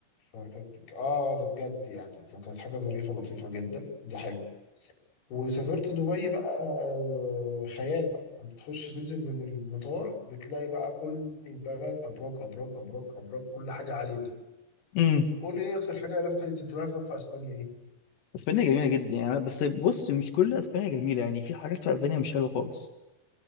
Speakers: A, on the left; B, on the left.
A: فكانت اه ده بجد يعني فكانت حاجة ظريفة لطيفة جدا دي حاجة وسافرت دبي بقى آه، خيال بقى بتخش تنزل من المطار بتلاقي بقى كل البلد ابراج ابراج ابراج ابراج كل حاجه عاليه كده
B: امم
A: قول لي ايه اكتر حاجه لفتت انتباهك في اسبانيا ايه؟
B: اسبانيا جميله جدا يعني بس بص مش كل اسبانيا جميله يعني في حاجات في اسبانيا مش حلوه خالص